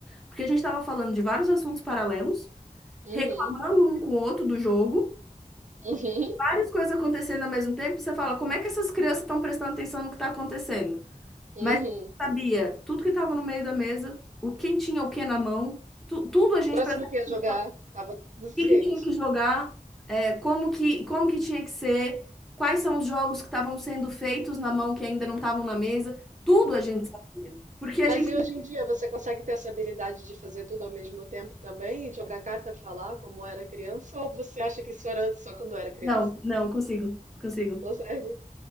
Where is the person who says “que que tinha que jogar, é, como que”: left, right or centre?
Centre